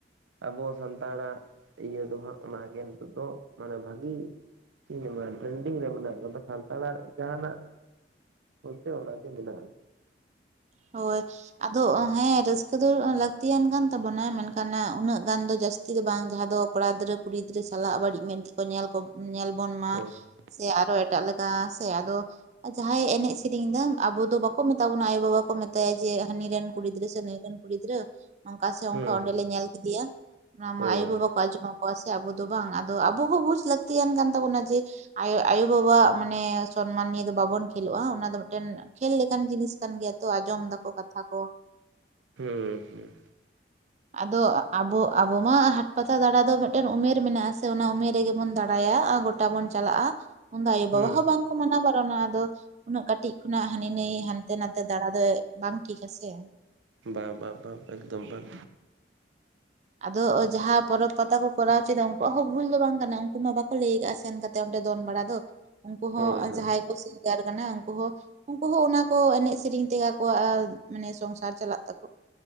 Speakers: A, on the right; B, on the right.
A: ᱟᱵᱚ ᱥᱟᱱᱛᱟᱲᱟᱜ ᱤᱭᱟᱹ ᱫᱚ ᱦᱟᱸᱜ ᱚᱱᱟ ᱜᱮ ᱱᱤᱛᱚᱜ ᱫᱚ ᱢᱟᱱᱮ ᱵᱷᱟᱹᱜᱤ ᱤᱱᱟᱢᱟᱱ ᱴᱨᱮᱱᱰᱤᱝ ᱨᱮ ᱢᱮᱱᱟᱜ ᱟᱠᱟᱫᱟ ᱥᱟᱱᱛᱟᱲᱟᱜ ᱡᱟᱦᱟᱱᱟᱜ ᱩᱱᱛᱮ ᱚᱱᱟ ᱜᱮ ᱢᱮᱱᱟᱜ-ᱟ
B: ᱦᱳᱭ, ᱟᱫᱚ ᱦᱮᱸ ᱨᱟᱹᱥᱠᱟᱹ ᱫᱚ ᱞᱟᱹᱠᱛᱤᱭᱟᱱ ᱠᱟᱱ ᱛᱟᱵᱚᱱᱟ ᱢᱮᱱᱠᱷᱟᱱ ᱚᱱᱮ ᱩᱱᱟᱹᱜ ᱜᱟᱱ ᱫᱚ ᱡᱟᱹᱥ ᱛᱤᱜᱮ ᱵᱟᱝ ᱡᱟᱦᱟᱸ ᱫᱚ ᱠᱚᱲᱟ ᱜᱤᱫᱽᱨᱟᱹ ᱠᱩᱲᱤ ᱜᱤᱫᱽᱨᱟᱹ ᱥᱟᱞᱟᱜ ᱵᱟᱹᱲᱤᱡ ᱢᱮᱫ ᱛᱮᱠᱚ ᱧᱮᱞ ᱠᱚ ᱧᱮᱞ ᱵᱚᱱ ᱢᱟ
A: ᱦᱳᱭ ᱦᱩᱸ
B: ᱥᱮ ᱟᱨᱚ ᱮᱴᱟᱜ ᱞᱮᱠᱟ, ᱥᱮ ᱟᱫᱚ ᱡᱟᱦᱟᱸᱭᱮ ᱮᱱᱮᱡ ᱥᱮᱨᱮᱸᱧ ᱮᱫᱟ ᱟᱵᱚ ᱫᱚ ᱵᱟᱠᱚ ᱢᱮᱛᱟ ᱵᱚᱱᱟ ᱟᱭᱳ-ᱵᱟᱵᱟ ᱠᱚ ᱢᱮᱛᱟᱭᱟ ᱡᱮ ᱦᱟᱹᱱᱤ ᱨᱮᱱ ᱠᱩᱲᱤ ᱜᱤᱫᱽᱨᱟᱹ ᱥᱮ ᱱᱟᱹᱭ ᱨᱮᱱ ᱠᱩᱲᱤ ᱜᱤᱫᱽᱨᱟᱹ ᱱᱚᱝᱠᱟ ᱥᱮ ᱚᱱᱠᱟ
A: ᱦᱩᱸ
B: ᱚᱸᱰᱮ ᱞᱮ ᱧᱮᱞ ᱠᱮᱫᱮᱭᱟ ᱚᱱᱟ
A: ᱦᱳᱭ
B: ᱢᱟ ᱟᱭᱳ-ᱵᱟᱵᱟ ᱠᱚ ᱟᱸᱡᱚᱢᱟ ᱠᱚᱣᱟ ᱥᱮ ᱟᱵᱚ ᱫᱚ ᱵᱟᱝ᱾ ᱟᱫᱚ ᱟᱵᱚ ᱦᱚᱸ ᱵᱩᱡ ᱞᱟᱹᱠᱛᱤᱭᱟᱱ ᱠᱟᱱ ᱛᱟᱵᱚᱱᱟ ᱡᱮ ᱟᱭᱳ ᱟᱭᱳ ᱵᱟᱵᱟᱣᱟᱜ ᱢᱟᱱᱮ ᱥᱚᱱᱢᱟᱱ ᱱᱤᱭᱮ ᱫᱚ ᱵᱟᱵᱚᱱ ᱠᱷᱮᱞᱳᱜ-ᱟ ᱚᱱᱟ ᱫᱚ ᱢᱤᱫᱴᱮᱱ ᱠᱷᱮᱞ ᱞᱮᱠᱟᱱ ᱡᱤᱱᱤᱥ ᱠᱟᱱ ᱜᱮᱭᱟ ᱛᱚ ᱟᱸᱡᱚᱢ ᱮᱫᱟᱠᱚ ᱠᱟᱛᱷᱟ ᱠᱚ
A: ᱦᱩᱸᱻ ᱦᱩᱸ᱾
B: ᱟᱫᱚ ᱟᱵᱚ ᱟᱵᱚ ᱢᱟ ᱦᱟᱴ ᱯᱟᱟᱛᱟ ᱫᱟᱬᱟ ᱫᱚ ᱢᱤᱫᱴᱮᱱ ᱩᱢᱮᱨ ᱢᱮᱱᱟᱜ-ᱟ ᱥᱮ ᱚᱱᱟ ᱩᱢᱮᱨ ᱨᱮᱜᱮ ᱵᱚᱱ ᱫᱟᱬᱟᱭᱟ ᱜᱚᱴ ᱴᱟ ᱵᱚᱱ ᱪᱟᱞᱟᱜ-ᱟ᱾ ᱩᱱᱫᱚ ᱟᱭᱳ
A: ᱦᱩᱸ
B: ᱵᱟᱵᱟ ᱦᱚᱸ ᱵᱟᱝᱠᱚ ᱢᱟᱱᱟ ᱵᱟᱨᱚᱱᱟ ᱟᱫᱚ ᱩᱱᱟᱹᱜ ᱠᱟᱹᱴᱤᱡ ᱠᱷᱚᱱᱟᱜ ᱦᱟᱹᱱᱤ ᱱᱟᱹᱭ ᱦᱟᱱᱛᱮ ᱱᱟᱛᱮ ᱫᱟᱬᱟ ᱫᱚ ᱵᱟᱝ ᱴᱷᱤᱠ ᱟᱥᱮ
A: ᱵᱟᱝ ᱵᱟ ᱵᱟ ᱰᱟ ᱮᱠᱫᱚᱢ ᱵᱟᱝ
B: ᱟᱫᱚ ᱡᱟᱦᱟᱸ ᱯᱚᱨᱚᱵᱽ ᱯᱟᱛᱟ ᱠᱚ ᱠᱚᱨᱟᱣ ᱪᱚᱭᱮᱫᱟ ᱩᱱᱠᱩᱣᱟᱜ ᱦᱚᱸ ᱵᱷᱩᱞ ᱫᱚ ᱵᱟᱝ ᱠᱟᱱᱟ᱾ ᱩᱱᱠᱩ ᱢᱟ ᱵᱟᱠᱚ ᱞᱟᱹᱭ ᱟᱠᱟᱜ-ᱟ ᱥᱮᱱ ᱠᱟᱛᱮ ᱛᱮ ᱚᱸᱰᱮ ᱫᱚᱱ ᱵᱟᱲᱟ ᱫᱚ᱾ ᱩᱱᱠᱩ ᱦᱚᱸ
A: ᱦᱳᱭ ᱦᱳᱭ
B: ᱡᱟᱦᱟᱸᱭ ᱠᱚ ᱥᱤᱝᱜᱟᱨ ᱠᱟᱱᱟ ᱩᱱᱠᱩ ᱦᱚᱸ ᱩᱱᱠᱩ ᱦᱚᱸ ᱚᱱᱟ ᱠᱚ ᱮᱱᱮᱡ ᱥᱮᱨᱮᱸᱧ ᱛᱮᱜᱮ ᱟᱠᱚᱣᱟᱜ ᱢᱟᱱᱮ ᱥᱚᱝᱥᱟᱨ ᱪᱟᱞᱟᱜ ᱛᱟᱠᱚ